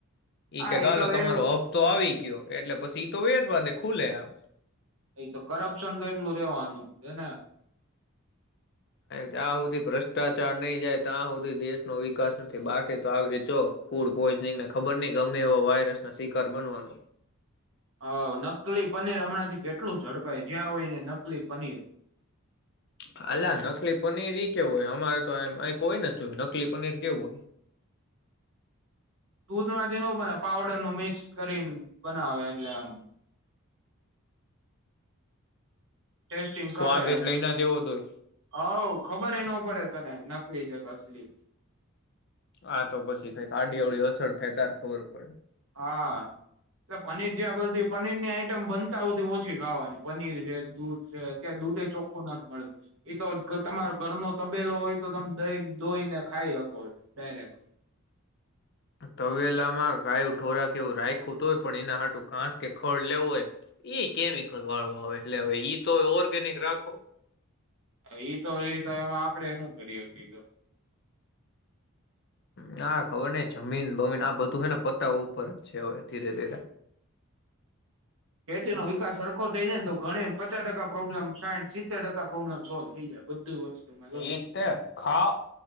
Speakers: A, on the left (about 50°); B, on the right (about 60°).
A: એઈ
B: હા
A: કે ગાલો
B: એ તો
A: તમારો
B: એવું
A: હફ તો આવી. ગયો એટલે પછી તો વસ વા દે ખુલે આમ.
B: એ તો કરપ્શન તો એટલું રેવાનું છે ને
A: ત્યાં સુધી ભ્રષ્ટાચાર નહી જાય ત્યાં સુધી દેશનો વિકાસ નથી બાકી તો આવી રી જો ફૂડ પોઈઝનિંગને ખબર નહ ગમે એવો વાયરસ ના શિકાર બનવાનો
B: હ નકલી પનીર હમણાં થી કેટલું જડપાઈ જ્યાં હોય નકલી પનીર.
A: હાલા નકલી પનીર એ કેવું હોય અમારે તો અ કોય ન જો નકલી પનીર કેવું હોય
B: દૂધમાંથી ન બને પાવડર નું મિક્સ કરી બનાવે એટલે આમ ટેસ્ટિંગ
A: સ્વાદ
B: કરે
A: એટલે એના જેવો જ હોય
B: હ ખબર હ ન પડે. તને નકલી છે ક અસલી
A: હા તો પછી કઈક આડી અવડી અસર થાય તાર ખબર પડે.
B: હા એટ પનીર જ્યાં બધી પનીરની આઈટમ બનતા બધી ઓછી ખાવાની પનીર છે દૂધ છે તં દૂધ એ ચોખ્ખું નથી મળતું એ તો તમારો ઘરનો તબેલો હોય તો તમે દહી ધોઈને ખાઈ શકો ડાયરેક.
A: તવેલામાં કાયું ઢોરા કે એવું રાખું તો હોય પણ એના આટું ઘાસ કે ખળ લેવું હોય એ કેમિકલ વાળું આવે એટલે હવે તો ઓર્ગેનિક રાખો.
B: એઈતો ર તો એમાં આપડે શું કરીએ કીધું.
A: ના ખબર નહ જમીન બમીન આ બધું છે ને પત્તા ઉપર જ છે હવે ધીરે ધીરે.
B: ખેતી નો વિકાસ સરરખો થઈ જાય ને તો ઘણી પચાસ ટકા પ્રોબ્લેમ સાઠ સિત્તેર ટકા પ્રોબ્લેમ સોલ્વ થઈ જાય. બધું વસ્તુમાં જોજો
A: એ ત ખા